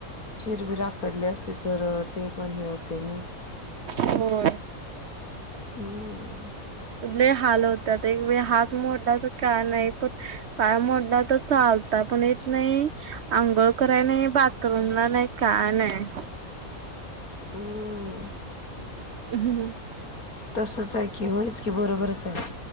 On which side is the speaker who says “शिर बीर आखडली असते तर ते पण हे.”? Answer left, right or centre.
Left